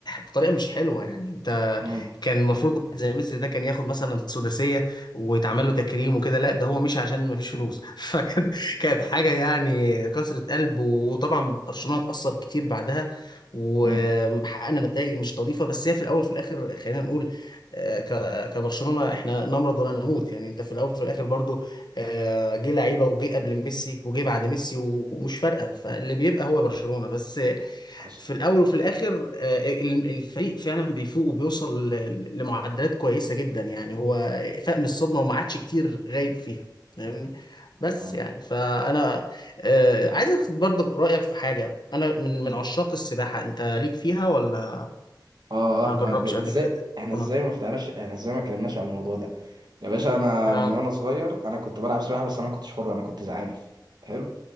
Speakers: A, on the left; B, on the right.
A: بطريقه مش حلوه يعني انت
B: مم.
A: كان المفروض واحد زي ميسي ده كان ياخد مثلا سداسيه ويتعمل له تكريم وكده لا ده هو مشي عشان ما فيش فلوس <laughs> فكان كانت حاجه يعني كسرة قلب وطبعا برشلونه اتاثر كتير بعدها وحققنا
B: مم.
A: نتائج مش نظيفه بس هي في الاول وفي الاخر خلينا نقول آه، ك- كبرشلونه احنا نمرض ولا نموت يعني انت في الاول وفي الاخر برضو آه، جه لعيبه وجه قبل ميسي وجه بعد ميسي و- ومش فارقه فاللي بيبقى هو برشلونه بس آه،
B: حصل
A: في الاول وفي الاخر آه، ال- الفريق فعلا بيفوق وبيوصل ل- لمعدلات كويسه جدا يعني هو فاق من الصدمه وما عادش كتير غايب فيها فاهمني بس
B: مم.
A: يعني فانا آه، عايز اخد برضه رايك في حاجه انا من
B: مم.
A: من عشاق السباحه انت ليك فيها ولا
B: اه
A: ما
B: اه
A: جربتش
B: آه، ده
A: قبل
B: ازاي
A: كده
B: احنا
A: تتمرنها؟
B: ازاي ما فتحناش احنا ازاي ما اتكلمناش على الموضوع ده يا باشا انا
A: اه
B: من وانا صغير انا كنت بلعب سباحه بس انا ما كنتش حر انا كنت زعانف حلو